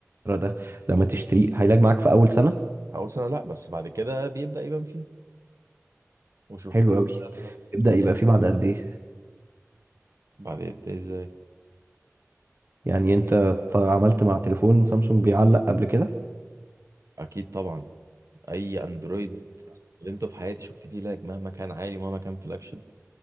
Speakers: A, on the right; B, on the right.
A: الترا ده لما تشتريه هيلاقي معاك في اول سنه
B: في اول سنه لا بس بعد كده بيبدا يبان فيه وشفتها
A: حلو قوي يبدا يبقى
B: يعني
A: فيه بعد قد ايه
B: بعد ده ازاي
A: يعني انت ط- عملت مع تليفون سامسونج بيعلق قبل كده
B: اكيد طبعا اي اندرويد استخدمته في حياتي شفت فيه لاج مهما كان عالي مهما كان فلاج شيب